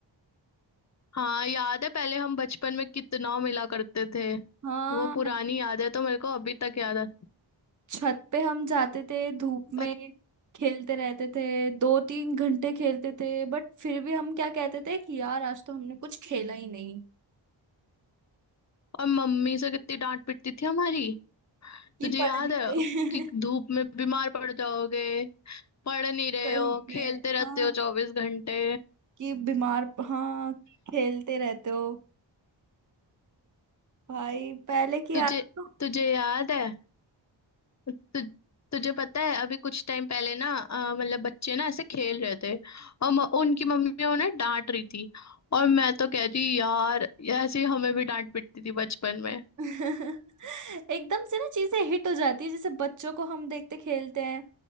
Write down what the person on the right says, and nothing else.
हाँ
छत पे हम जाते थे धूप
में खेलते रहते थे दो तीन घंटे खेलते थे बट फिर भी हम क्या कहते थे कि यार आज तो हमने कुछ खेला ही नहीं
कि
पढ़
नहीं
गए
<laughs>
सही
में
हाँ
कि बीमार हाँ कि खेलते रहते हो भाई पहले की
आदत तो
<laughs> एकदम से ना चीजें हिट हो जाती है जैसे बच्चों को हम देखते खेलते हैं